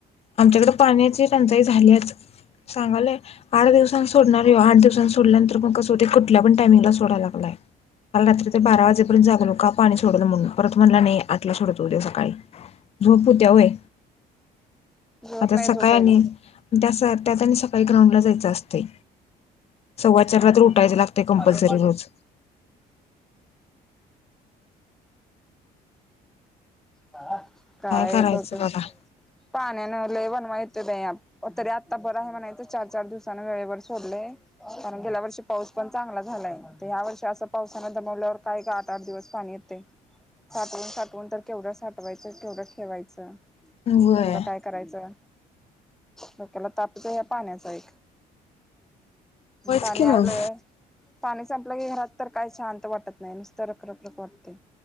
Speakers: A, on the left (about 35°); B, in the centre.
A: आमच्याकडे पाण्याची टंचाई झालीच. सांगालय आठ दिवसां सोडणार आहे आठ दिवसां सोडल्यानंतर मग कसं होते कुठ पण टामिंगला सोडायला लागलाय. काल रात्री बारा वाजेपरण जागलो का पाणी सोडण म्हण परत म्हणला नाही आतला सोडत उद्या सकाळी झोपूत्या वय
B: जेवत
A: आ त्या
B: नाही
A: सकाळी
B: झोपेलच
A: आणि त्या त्यात आणि सकाळी ग्राउंडला जायचं असतंय. सव्वा चारला
B: हम्
A: तर उठायचं लागतंय कंपल्सरी
B: हम्.
A: रोज
B: हा <unintelligible> काय
A: करायचं
B: बघ
A: बघा.
B: पाण्यान लई वन ते तरी आत्ता बरं आहे म्हणाच चार चार दिवसना वेळेवर सोडलंय. कारण गेल्या वर्षी पाऊस पण चांगला झालाय तर ह्या वर्षी असं पावसान दमवल्यावर काय का आठ आठ दिवस पाणी साठवून साठवून तर केवढं साठवायचं केवढं ठेवायचं.
A: व्हय
B: तेवढं काय करायचं. डोक्याला तापच आहे या पाण्याचा एक.
A: होयच
B: पाणी
A: की
B: आलंय
A: मग
B: पाणी संप आप <unintelligible> घरात तर काही शांत वाटत नाही नुसतं रखरखरख वाटते.